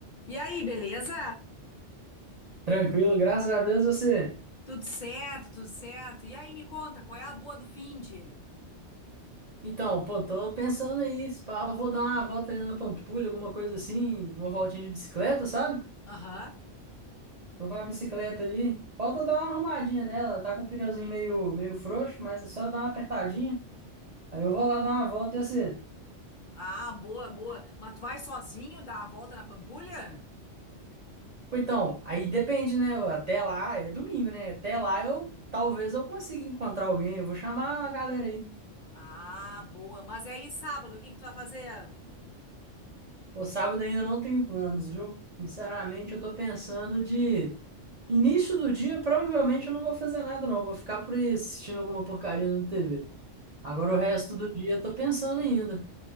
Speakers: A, on the left (about 50°); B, on the right (about 45°).
A: E aí, beleza?
B: Tranquilo, graças a Deus você.
A: Tudo certo, tudo certo. E aí, me conta, qual é a boa do finde?
B: Então, pô, tô pensando aí, se pá, eu vou dar uma volta ali na Pampulha, alguma coisa assim, uma voltinha de bicicleta, sabe?
A: Aham.
B: Tô com uma bicicleta ali. Falta dar uma arrumadinha nela, tá com o pneuzinho meio, meio frouxo, mas é só dar uma apertadinha. Aí eu vou lá dar uma volta e você.
A: Ah, boa, boa. Mas tu vai sozinho dar a volta na Pampulha?
B: Pô, então, aí depende, né? Até lá, é domingo, né? Até lá eu talvez eu consiga encontrar alguém, eu vou chamar a galera aí.
A: Ah, boa. Mas aí, sábado, o que que tu vai fazer?
B: Pô, sábado ainda não tenho planos, viu? Sinceramente, eu tô pensando de Início do dia, provavelmente eu não vou fazer nada, não. Eu Vou ficar por aí assistindo alguma porcaria na TV. Agora
A: Ah,
B: o resto do dia eu tô pensando ainda.